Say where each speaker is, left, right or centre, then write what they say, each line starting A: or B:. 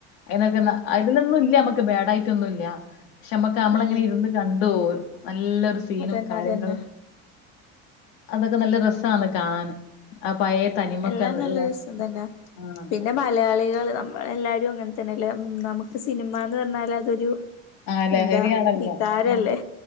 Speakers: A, on the left; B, on the left.
A: അയിനൊക്കെന്ന അയില്ന്നൊന്നും ഇല്ല മക്ക് ബാഡായി ക്കൊന്നുല്ല പക്ഷെ മ്മക്ക് നമ്മളങ്ങനെ
B: ഉം
A: ഇരുന്ന് കണ്ടോഉ നല്ലൊരു സീനും
B: അതന്നെ
A: കാര്യങ്ങളും
B: അതന്നെ
A: അതൊക്കെ നല്ല രസാണ് കാണാന്. ആ പഴയ തനിമൊക്കെ
B: എല്ലാം നല്ല
A: ഉള്ള
B: രസം തന്നെ.
A: ആ
B: പിന്നെ
A: പ-
B: മലയാളികൾ ള് നമ്മളെല്ലാരും ങ്ങൻതന്നെഅല്ലേ നമ്ക്ക് സിനിമാന്ന് പർഞ്ഞാല് അതൊരു
A: ആ ലഹരിയാണല്ലോ.
B: എന്താ വികാരല്ലേ
A: ഉം